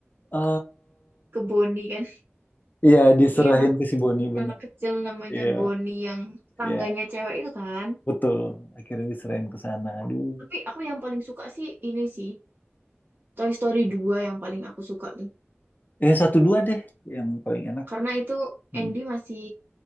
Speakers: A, on the left; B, on the right.
A: eh
B: ke Bonnie kan? <laughs>
A: iya diserahin
B: Iya kan?
A: ke si Bonnie bener.
B: Anak kecil namanya
A: Iya,
B: Bonnie yang tangganya
A: iya
B: cewek itu kan?
A: betul. Akhirnya diserahin ke sana. Aduh,
B: Tapi aku yang paling suka sih ini sih, Toy Story dua yang paling aku suka tuh.
A: eh satu dua deh yang paling enak.
B: Karena itu
A: Hmm.
B: Andy masih